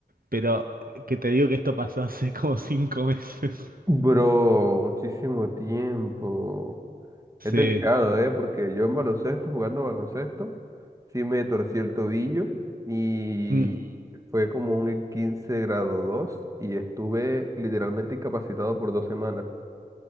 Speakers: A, on the right; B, on the right.
A: pero que te digo que esto pasó hace como cinco meses. <laughs>
B: Bro, muchísimo tiempo.
A: Sí.
B: Es delicado, ¿eh? Porque yo en baloncesto, jugando baloncesto, sí me torcí el tobillo y
A: Mm,
B: fue como un 15 grado 2 y estuve literalmente incapacitado por dos semanas.